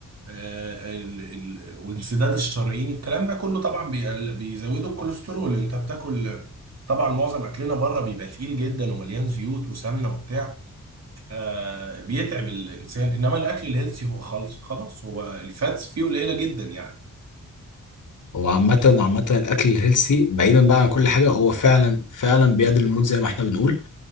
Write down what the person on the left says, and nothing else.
هو عامه عامه الاكل الهيلسي بعيدا بقى عن كل حاجه هو فعلا فعلا بيعدل المود زي ما احنا بنقول